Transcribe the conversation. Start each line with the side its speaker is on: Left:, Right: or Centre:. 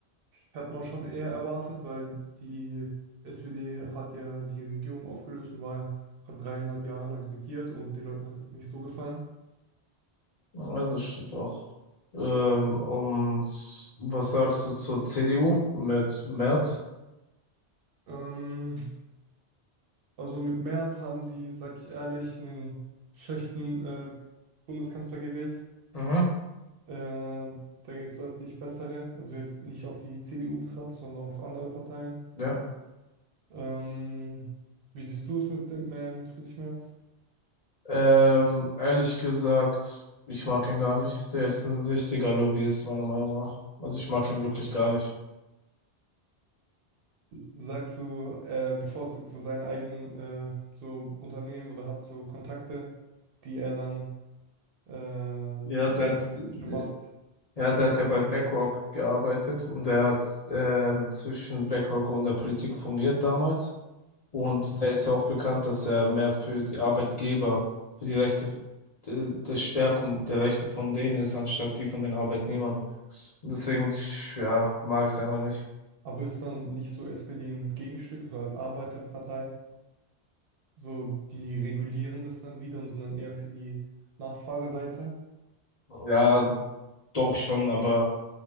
Right: hat man schon eher erwartet, weil die SPD hat ja die Regierung aufgelöst und war, hat dreieinhalb Jahre lang regiert und den Leuten hat es jetzt nicht so gefallen.
Left: also das stimmt auch. Ähm, und was sagst du zur CDU mit Merz?
Right: Ähm, also mit Merz haben die, sag ich ehrlich, einen schlechten äh, Bundeskanzler gewählt.
Left: Mhm.
Right: Äh, da gibt es deutlich bessere, also jetzt nicht auf die CDU betrachtet, sondern auf andere Parteien.
Left: Ja.
Right: Ähm, wie siehst du es mit dem, äh, mit Friedrich Merz?
Left: Ähm, ehrlich gesagt, ich mag ihn gar nicht. Der ist ein richtiger Lobbyist, meiner Meinung nach. Also ich mag ihn wirklich gar nicht.
Right: Sagst du, er bevorzugt so seine eigenen äh, so Unternehmen oder hat so Kontakte, die er dann äh,
Left: Ja,
Right: durch
Left: der
Right: seine
Left: hat,
Right: politische
Left: äh,
Right: Macht,
Left: ja, der hat ja bei BlackRock gearbeitet und der hat ähm, zwischen BlackRock und der Politik fungiert damals. Und
Right: Mhm.
Left: der ist ja auch bekannt, dass er mehr für die Arbeitgeber, für die Rechte, der, der Stärkung der Rechte von denen ist, anstatt die von den Arbeitnehmern. Und deswegen, sch- ja, mag ich es einfach nicht.
Right: aber ist dann nicht so SPD ein Gegenstück, so als Arbeiterpartei? So, die regulieren das dann wieder und sind dann eher für die Nachfrageseite.
Left: Ja, doch schon, aber.